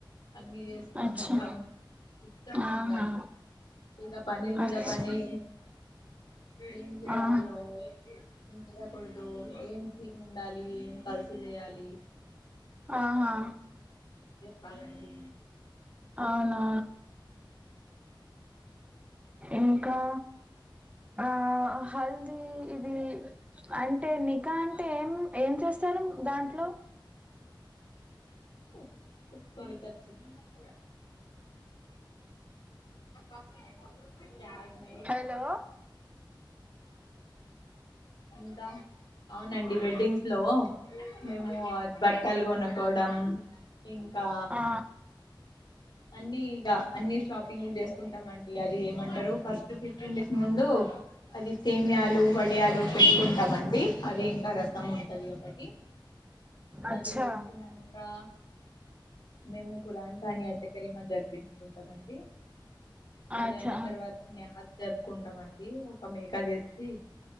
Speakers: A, on the left (about 60°); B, on the right (about 15°).
A: అన్నీ చేసుకోవడం
B: అచ్చా
A: ఇష్టము
B: ఆహా
A: ఉందా ఇకా పనీర్ మీద
B: అచ్
A: పనీల్ ఏం చేయాలో
B: ఆ
A: చేయాకూడదు ఏం థీమ్మ్ ఉండాలి ఏం కలిసి చేయాలి
B: ఆహా
A: పాలండి
B: అవునా ఇంకా ఆ హల్ది ఇది అంటే నికా అంటే ఏం ఏం చేస్తారు దాంట్లో
A: <inaudible> <inaudible>
B: హలో
A: ఇంకా అవునండి వెడ్డింగ్స్ లో మేము బట్ ట్టలు కొనుకోవడం ఇంకా
B: ఆ
A: అన్ని ఇక అన్ని షాపింగ్లు చేసుకుంటామండి అది ఏమంటారు ఫస్ట్ ఫిఫ్టీన్ డేస్ ముందు అది సేమీయాలు వడియాలు పెట్టుకుంటాం అండి అది ఇంకా రా ఉంటంది ఒకటి
B: అచ్చా
A: అది పెట్టినాంకా మేము కుఖరాన్ ఖానీ అయితే కరీమా జరిపించుకుంటామండి అది
B: అచ్చా
A: అయిన తర్వాత నేయజ్ జరుపుకుంటాం అది ఒక మే కదేసి